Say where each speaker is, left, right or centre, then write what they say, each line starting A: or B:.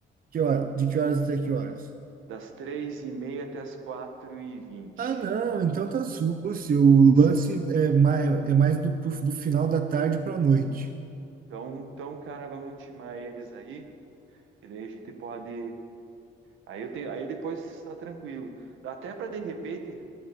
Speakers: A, on the right (about 45°); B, on the right (about 80°).
A: Que hora? De que horas até que horas?
B: Das três e meia até as quatro e vinte.
A: Ah, não, então tá sucio. O lance é mais, é mais do, pro- do final da tarde para noite.
B: Então, então, cara, vamos intimar eles aí. E daí a gente pode. Aí eu tenho. Aí depois tá tranquilo. Até para de repente.